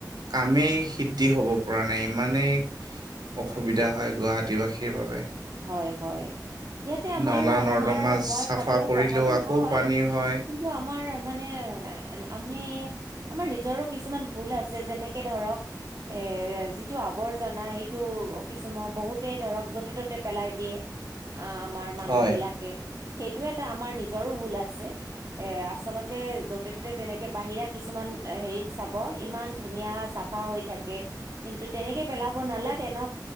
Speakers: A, on the right (about 70°); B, on the right (about 55°).
A: কামেই সিদ্ধি হব পৰা নাই ইমানেই অসুবিধা হয় গুৱাহাটীবাসীৰ বাবে।
B: হয় হয়। ইয়াতে আমাৰ
A: নলা নৰ্দমা
B: আমাৰ মই
A: চাফা
B: ভাবো
A: কৰিলেও
B: কথাটো
A: আকৌ
B: হয়।
A: পানী হয়।
B: কি আমাৰ মানে আমি আমাৰ নিজৰো কিছুমান ভুল আছে যেনেকে ধৰক এ যিটো আৱৰ্জনা এইটো কিছুমান বহুত ধৰক যতে, ত'তে পেলাই দিয়ে আমাৰ মানুহ
A: হয়
B: বিলাকে সেইটো এটা আমাৰ নিজৰো ভুল আছে। এ আচলতে যতে ত'তে তেনেকে বাহিৰা কিছুমান হেৰিত চাব ইমান ধুনীয়া চাফা চাফা হৈ থাকে কিন্তু তেনেকে পেলাব নালাগে ন